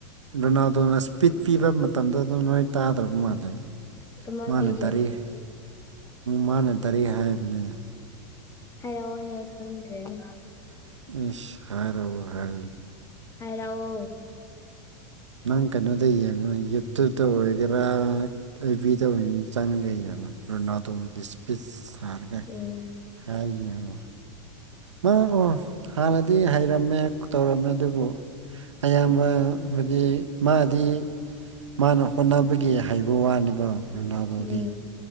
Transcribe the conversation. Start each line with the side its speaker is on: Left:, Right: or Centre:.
Right: ꯔꯣꯅꯥꯜꯗꯣꯅ ꯏꯁꯄꯤꯠ ꯄꯤꯕ ꯃꯇꯝꯗꯨ ꯑꯗꯨ ꯅꯣꯏ ꯇꯥꯗ꯭ꯔꯕ ꯃꯥꯜꯂꯦ
Left: ꯑꯃ
Right: ꯃꯥꯅ
Left: ꯄꯤꯒꯦ
Right: ꯗꯥꯏꯔꯦꯛ ꯃꯥꯅ ꯗꯥꯏꯔꯦꯛ ꯍꯥꯏꯕꯅꯦ
Left: ꯍꯥꯢꯔꯑꫭꯅꯦ ꯈꯪꯗ꯭ꯔꯦꯅꯦ
Right: <inaudible> ꯍꯥꯏ
Left: ꯍꯥꯏꯔꯑꯣ
Right: ꯅꯪ ꯀꯩꯅꯣꯗ ꯌꯦꯡꯉꯨ ꯌꯨꯇꯨꯞꯇ ꯑꯣꯏꯒꯦꯔ ꯕꯤꯗꯤꯑꯣ ꯑꯣꯏꯅ ꯆꯪꯉꯒ ꯌꯦꯡꯉꫭ ꯔꯣꯅꯥꯜꯗꯣꯒꯤ ꯏꯁꯄꯤꯁ ꯊꯥꯔꯒ
Left: ꯎꯝ
Right: ꯍꯥꯏ ꯌꯦꯡꯉꯣ ꯃꯥ ꯑꯣ ꯍꯥꯟꯅꯗꯤ ꯍꯩꯔꯝꯃꯦ ꯇꯧꯔꯝꯃꯦ ꯑꯗꯨꯕꯨ ꯑꯌꯥꯝꯕ ꯍꯥꯏꯗꯤ ꯃꯥꯗꯤ ꯃꯥꯅ ꯍꯣꯠꯅꯕꯒꯤ ꯍꯩꯕ ꯋꯥꯅꯦꯕ ꯔꯣꯅꯥꯜꯗꯣꯗꯤ
Left: ꯎꯝ